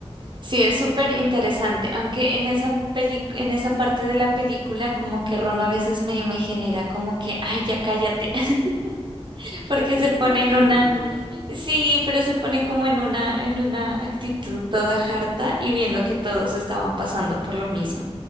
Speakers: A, on the right; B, on the right.
A: Sí, es súper interesante, aunque en esa peli- en esa parte de la película como que Ron a veces me, me genera como que, ay, ya cállate, <laughs> porque
B: Es, es
A: se pone
B: pobrecito.
A: en una, sí, pero se pone como en una, en una actitud toda harta y viendo que todos estaban pasando por lo mismo.